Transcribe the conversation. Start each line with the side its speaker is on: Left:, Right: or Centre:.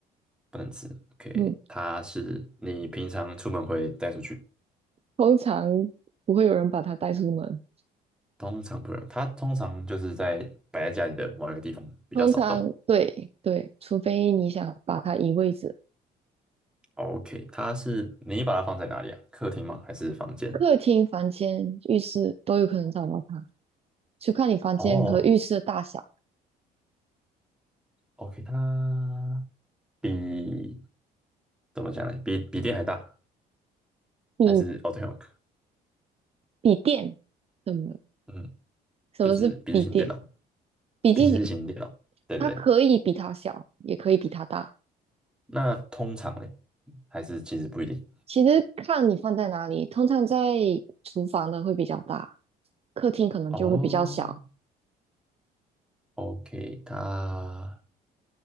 Centre: 不能吃。OK，
Right: 嗯，
Centre: 它是你平常出门会带出去，
Right: 通常不会有人把它带出门。
Centre: 通常不能。它通常就是在摆在家里的某一个地方，比较少动。
Right: 通常对对，除非你想把它移位置，
Centre: OK，它是你把它放在哪里啊？客厅吗？还是房间？
Right: 客厅、房间、浴室都有可能找到它，就看你房间和浴室的大小。
Centre: 哦，OK，它比怎么讲呢？比比电还大，
Right: 你
Centre: 还是哦对，t o
Right: 笔电，什么
Centre: 嗯，
Right: 什么是笔电？
Centre: 就是笔记型电脑，
Right: 笔记
Centre: 笔记型电脑，对对对。
Right: 它可以比它小，也可以比它大。
Centre: 那通常嘞，还是其实不一定。
Right: 其实看你放在哪里，通常在厨房的会比较大，客厅可能就会比较小，
Centre: 哦，OK，它